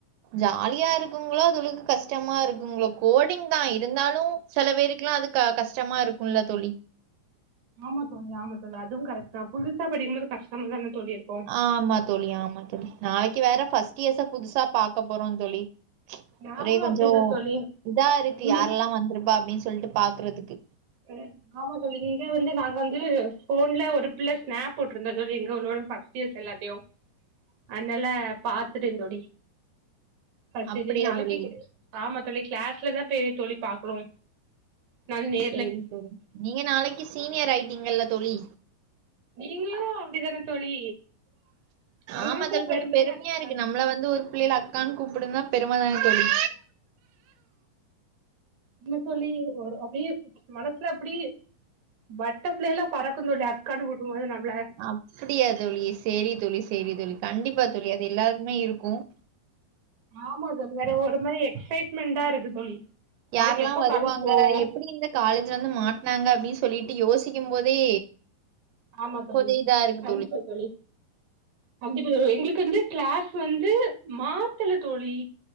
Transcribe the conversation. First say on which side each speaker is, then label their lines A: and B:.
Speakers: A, on the right; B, on the right.
A: ஜாலியா இருக்குங்ளோ அதுகுளுக்கு கஷ்டமா இருக்குங்ளோ கோடிங் தா இருந்தாலு சில பேருக்குலா அது க கஷ்டமா இருக்கும்ல தோழி
B: ஆமா தோழி ஆமா தோழி அதுவு கரெக்ட்தா புதுசா படிக்கும் போது கஷ்டமா தான தோழி இருக்கும்
A: ஆமா தோழி ஆமா தோழி நாளைக்கி வேற ஃபஸ்ட் இயர்ஸ புதுசா பாக்க போறோ தோழி
B: நாங்களு
A: ஒரே கொஞ்சோ
B: அப்டிதா தோழி
A: இதா இருக்கு
B: இன்னைக்கு
A: யாரெல்லா வந்துருப்பா அப்டின்னு சொல்ட்டு பாக்குறதுக்கு
B: ம் ஆமா தோழி இங்க வந்து நாங்க வந்து ஸ்கூல்ல ஒரு பிள்ள ஸ்னாப் போட்டுருந்தா தோழி எங்க உள்ள பக் ஃபர்ஸ்ட் இயர்ஸ் எல்லாத்தையு அதனால பாத்துட்ட தோழி அ
A: அப்படியா
B: செரி நாளைக்கி
A: தோழி
B: ஆமா தோழி கிளாஸ்லதா போய் தோழி பாக்ணு நா நே
A: சேரிங் தோழி நீங்க நாளைக்கி சீனியர் ஆயிட்டீங்கல தோழி
B: நீங்களு அப்டிதான தோழி உங்களுக்கு
A: ஆமா தோழி கொஞ்சோ பெருமையா
B: இருக்கதானே
A: இருக்கு நம்மள வந்து ஒரு பிள்ளைல அக்கானு கூப்பிடுதுனா பெரும தான தோழி
B: ஆமா தோழி ஒரு அப்டியே மனசுல அப்டி பட்டர்ஃப்ளை லா பறக்கு தோழி அக்கானு கூப்புடும்போது நம்பள
A: அப்டியா தோழி சேரி தோழி சேரி தோழி கண்டிப்பா தோழி அது எல்லாருக்குமே இருக்கும்
B: ஆமா தோழி வேற ஒரு மாரி எக்ஸைட்மெண்டா இருக்கு தோழி
A: யாருல்லா
B: நாளைக்கு எப்ப
A: வருவாங்க
B: காலேஜ் போவோ
A: எப்டி இந்த காலேஜ்ல வந்து மாட்னாங்க அப்டினு சொல்லிட்டு யோசிக்கும் போதே
B: ஆமா தோழி
A: கொஞ்சோ இதா இருக்கு
B: கண்டிப்பா தோழி கண்டிப்பா தோழி எங்களுக்கு வந்து கிளாஸ் வந்து மாத்துல தோழி